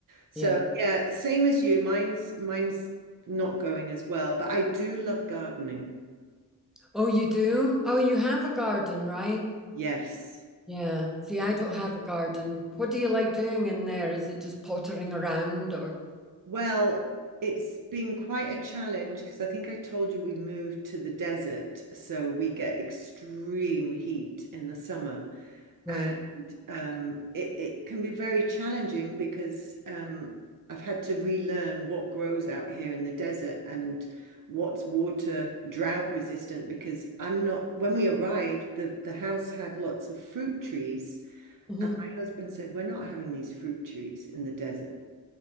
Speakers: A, on the right (about 50°); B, in the centre.
A: So
B: Yeah.
A: yeah, same as you. Mine's mine's not going as well, but I do love gardening.
B: Oh, you do? Oh, you have a garden, right?
A: Yes.
B: Yeah. See, I don't have a garden. What do you like doing in there? Is it just pottering around or?
A: Well, it's been quite a challenge because I think I told you we moved to the desert, so we get extreme heat in the summer.
B: Right.
A: And um, it, it can be very challenging because um, I've had to relearn what grows out here in the desert and what's water drought resistant because I'm not, when we arrived, the, the house had lots of fruit trees.
B: Mhm.
A: And my husband said, We're not having these fruit trees in the desert.